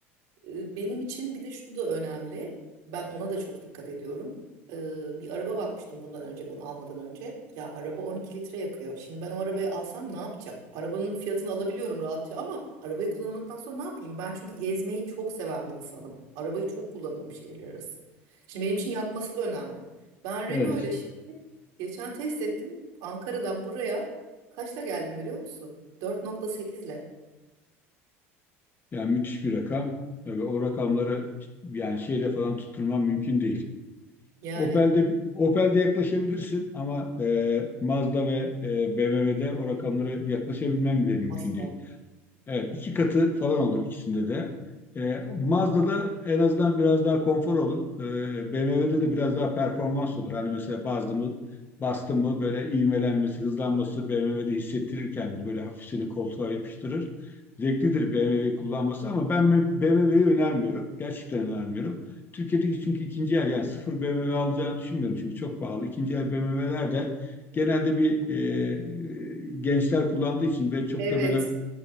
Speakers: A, on the right (about 70°); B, on the left (about 30°).
A: e, Benim için bir de şu da önemli. Ben ona da çok dikkat ediyorum. E, Bir araba bakmıştım bundan önce, bunu almadan önce. Ya araba 12 litre yakıyor. Şimdi ben o arabayı alsam ne yapacağım? Arabanın fiyatını alabiliyorum rahatça ama arabayı kullanmadıktan sonra ne yapayım? Ben çünkü gezmeyi çok seven bir insanım. Arabayı çok kullanıyorum şehirler arası. Şimdi benim için yakması da önemli. Ben
B: Evet.
A: Renault ile şimdi geçen test ettim. Ankara'dan buraya kaçla geldim biliyor musun? 4.8 ile.
B: Yani müthiş bir rakam. Tabii o rakamları yani şeyde falan tutturman mümkün değil.
A: Yani
B: Opel'de Opel'de yaklaşabilirsin ama e, Mazda ve e, BMW'de o rakamlara yaklaşabilmen bile mümkün
A: asla.
B: değil. Evet, iki katı falan olur ikisinde de. Ee, Mazda'da en azından biraz daha konfor olur. Ee, BMW'de de biraz daha performans olur. Hani mesela bastım mı, bastım mı böyle ivmelenmesi, hızlanması BMW'de hissettirir kendini. Böyle hafif seni koltuğa yapıştırır. Zevklidir BMW'yi kullanması ama ben BMW'yi önermiyorum. Gerçekten önermiyorum. Türkiye'deki çünkü ikinci el yani sıfır BMW alacağını düşünmüyorum çünkü çok pahalı. İkinci el BMW'ler de genelde bir e, e, gençler kullandığı için ve çok
A: Evet.
B: da böyle